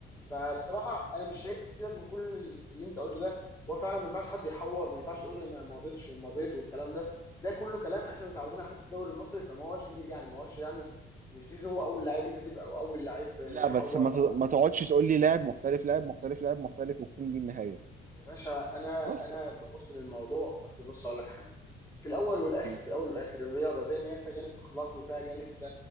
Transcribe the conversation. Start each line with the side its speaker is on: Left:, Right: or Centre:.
Left: فبصراحه انا مش هي- سيبك من كل اللي انت قلته ده هو فعلا ما ينفعش حد يحور ما ينفعش يقول انا ما ماضيتش وماضيت والكلام ده ده كله كلام احنا متعودين عليه في الدوري المصري فما هوش جديد يعني ما هوش يعني مش جديد هو اول لعيب يكذب او اول لعيب يحور
Right: لا بس ما ت-
Left: او
Right: ما تقعدش تقول لي لاعب محترف لاعب محترف لاعب محترف وتكون دي النهاية
Left: يا باشا انا
Right: بس
Left: انا ببص للموضوع اصل بص اقول لك حاجه في الاول والاخر
Right: م-
Left: في الاول والاخر الرياضه زي ما هي فيها جانب اخلاقي وفيها جانب